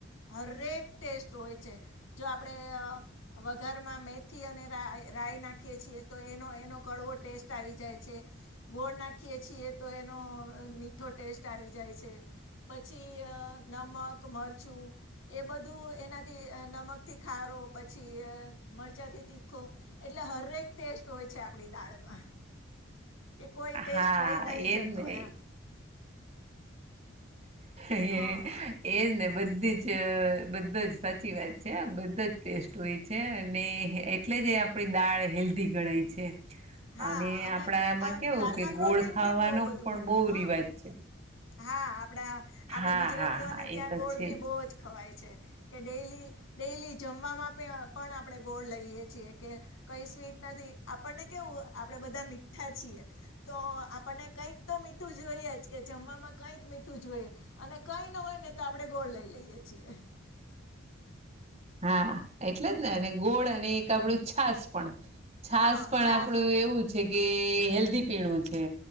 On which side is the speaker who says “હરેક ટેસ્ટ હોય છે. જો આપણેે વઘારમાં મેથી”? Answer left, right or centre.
Left